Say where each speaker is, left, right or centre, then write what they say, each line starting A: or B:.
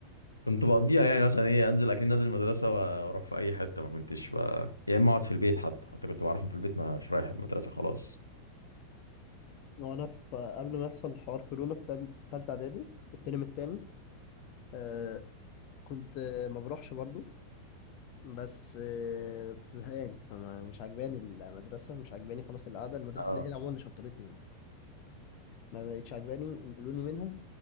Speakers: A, on the left (about 85°); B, on the left (about 45°).
A: كنت بقضيها يعني مثلا ايه انزل اكيد نازل المدرسه واروح في اي حته ما كنتش بقى يا اما اقعد في البيت حتى حتى كنت بعرفهم في البيت مش رايح المدرسه خلاص
B: وانا في قبل ما يحصل حوار كورونا في تال- في تالتة اعدادي الترم التاني آه كنت آه، ما بروحش برضو بس آه، كنت زهقان كمان مش عجباني المدرسة مش عجباني خلاص القعدة المدرسة
A: اه
B: دي هي اللي عموما اللي شطرتني يعني. ما بقتش عجباني نقلوني منها